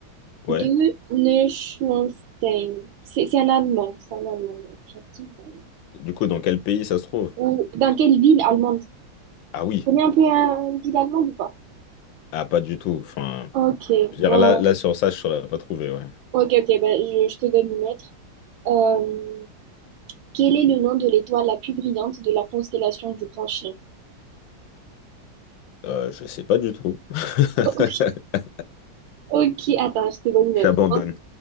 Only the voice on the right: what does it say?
de Neuschwanstein. C'est c'est un allemand, c'est un allemand. donc j'ai l'impression que c'est un Allemand.
Ou dans quelle ville allemande? Tu
connais un peu une ville allemande ou pas?
Ok,
bon.
Ok, ok, ben, je, je te donne une autre. Euh, Quel est le nom de l'étoile la plus brillante de la constellation du Grand Chien?
<laughs> Ok,
ok, attends, je te donne
une autre. hein.